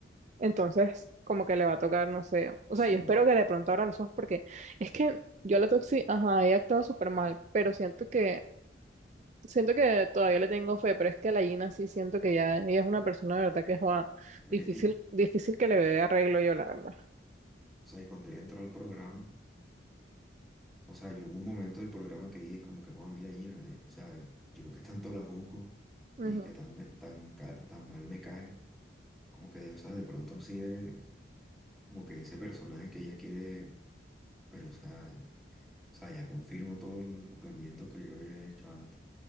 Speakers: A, on the right; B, in the centre.
A: Entonces, como que le va a tocar, no sé, o
B: Sí.
A: sea, yo espero que de pronto abra los ojos porque es que yo a la Toxi, ajá, ella actuado súper mal, pero siento que Siento que todavía le tengo fe, pero es que la Gina sí siento que ya ella es una persona de verdad que es joa,
B: Mire
A: difícil,
B: que,
A: difícil que le dé arreglo yo, la verdad.
B: o sea, y cuando ella entró al programa, o sea, yo hubo un momento del programa que dije como que, joder, mira Gina, eh, o sea, yo que tanto la juzgo
A: Ujú.
B: y que tan, me- tan, ca- tan mal me cae, como que, o sea, de pronto sí es como que ese personaje que ella quiere, pero, o sea, o sea, ya confirmo todo el juzgamiento que yo había hecho antes.